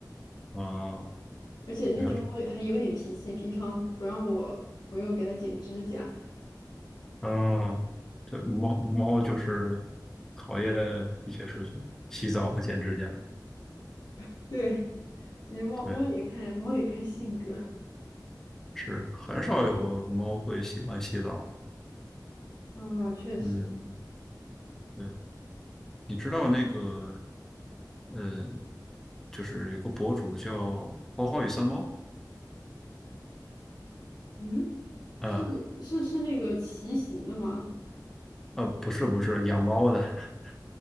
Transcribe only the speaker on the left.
而且那只猫还有点脾气，
平常不让我朋友给它剪指甲。
<laughs> 对。你猫猫也看猫也看性格
啊，确实，
嗯，
是是是那个骑行的吗？